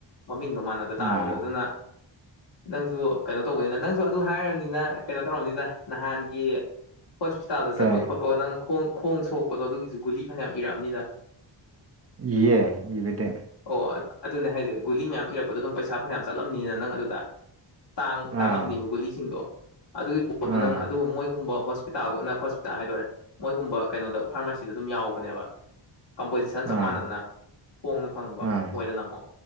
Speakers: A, on the left; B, on the right.
A: ꯃꯃꯤꯡꯗꯣ ꯃꯥꯟꯅꯗ
B: ꯑꯥ
A: ꯇꯥꯔꯒꯁꯨ ꯑꯗꯨꯅ ꯅꯪꯁꯨ ꯀꯩꯅꯣ ꯇꯧꯕꯅꯤꯅ ꯅꯪꯁꯨ ꯑꯗꯨ ꯍꯥꯏꯅꯤꯅ ꯀꯩꯅꯣ ꯇꯧꯔꯕꯅꯤꯅ ꯅꯍꯥꯟꯒꯤ ꯍꯣꯁꯄꯤꯇꯥꯜꯗ ꯆꯠꯄ
B: ꯀꯩ
A: ꯈꯣꯠꯄꯒ ꯅꯪꯣꯡ ꯈꯣꯡ ꯁꯣꯛꯄꯗꯣ ꯑꯗꯨꯒꯤꯁꯨ ꯒꯨꯂꯤ ꯐꯅꯌꯥꯝ ꯏꯔꯛꯑꯝꯅꯤꯗ
B: ꯏꯌꯦ ꯏꯕꯨꯗꯤ
A: ꯑꯣ ꯑꯗꯨꯅꯦ ꯍꯥꯏꯁꯦ ꯒꯨꯂꯤ ꯃꯌꯥꯝ ꯏꯔꯛꯄꯗꯣ ꯑꯗꯨꯝ ꯄꯩꯁꯥ ꯐꯅꯌꯥꯝ ꯆꯠꯂꯝꯅꯤꯅꯤꯅ ꯅꯪ ꯑꯗꯨꯗ ꯇꯥꯡ
B: ꯑꯥ
A: ꯇꯥꯡꯉꯝꯅꯤꯕ ꯒꯨꯂꯤꯁꯤꯡꯗꯣ ꯑꯗꯨꯒꯤ ꯄꯣꯠꯇꯣ
B: ꯑꯥ
A: ꯅꯪ ꯑꯗꯨ ꯃꯣꯏ ꯒꯨꯝꯕ ꯍꯣꯁꯄꯤꯇꯥꯜꯒꯅ ꯍꯣꯁꯄꯤꯇꯥꯜ ꯍꯥꯏꯗꯔꯦ ꯃꯣꯏꯒꯨꯝꯕ ꯀꯩꯅꯣꯗ ꯐꯥꯔꯃꯥꯁꯤꯗ ꯑꯗꯨꯝ ꯌꯥꯎꯕꯅꯦꯕ ꯀꯝꯄꯣꯖꯤꯁꯟ
B: ꯑꯥ
A: ꯆꯞ ꯃꯥꯟꯅꯅ ꯍꯣꯡꯅ ꯐꯪꯕ
B: ꯑꯥ
A: ꯃꯣꯏꯗꯅ ꯑꯃꯨꯛ